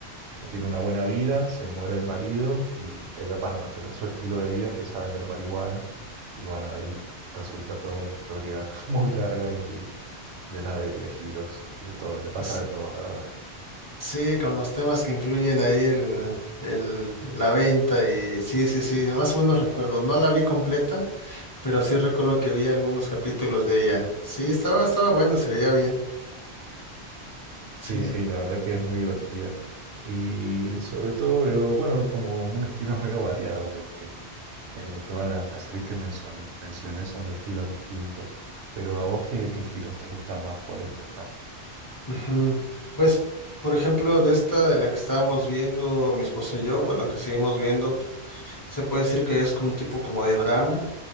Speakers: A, on the right; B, on the left.
A: tiene una buena vida, se muere el marido y ella para mantener su estilo de vida empieza a vender marihuana. Y bueno, de ahí resulta toda una historia <laughs> muy larga y muy llena de, de giros y de todo. Le pasa
B: S-
A: de todo, la verdad.
B: Sí, con los temas que incluyen ahí el, el, la venta y sí, sí, sí, más o menos recuerdo. No la vi completa, pero sí recuerdo que vi algunos capítulos de ella. Sí, estaba, estaba bueno, se veía bien.
A: Sí,
B: Sí.
A: sí, la verdad que es muy divertida. Y sobre todo veo, bueno, como un estilo <laughs> medio variado, porque Eh, todas las, las series que menson- mencioné son de estilos distintos, pero a vos qué, qué estilos te gustan más, cuáles ves más.
B: ujú. Pues, por ejemplo, de esta de la que estábamos viendo, mi esposo y yo, bueno, que seguimos viendo, se puede decir que es un tipo como de drama.